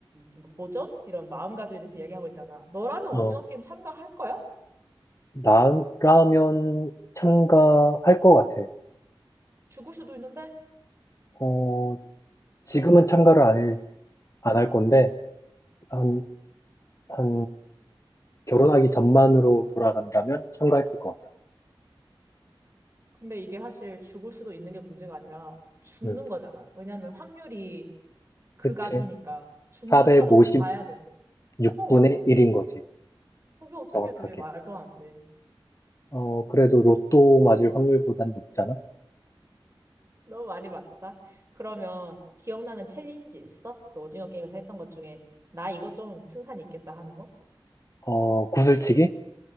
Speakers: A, on the right; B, on the left.
A: 뭐 도전? 이런 마음가짐에 대해서 이야기하고 있잖아. 너라면 오징어
B: 어,
A: 게임 참가할 거야?
B: 나라면 참가할 것 같아.
A: 죽을 수도 있는데?
B: 어, 지금은 참가를 안, 안 할 건데, 한 한 결혼하기 전만으로 돌아간다면 참가했을 것 같아.
A: 근데 이게 사실 죽을 수도 있는 게 문제가 아니라 죽는
B: 음,
A: 거잖아. 왜냐하면 확률이 극악이니까
B: 그치.
A: 죽는다고
B: 456분의
A: 봐야 돼. 어,
B: 1인 거지.
A: 그게 어떻게
B: 정확하게.
A: 돼? 말도 안 돼.
B: 어, 그래도 로또 맞을 확률보단 높잖아.
A: 너무 말이 맞다. 그러면 기억나는 챌린지 있어? 그 오징어 게임에서 했던 것 중에 나 이거 좀 승산이 있겠다 하는 거?
B: 어, 구슬치기?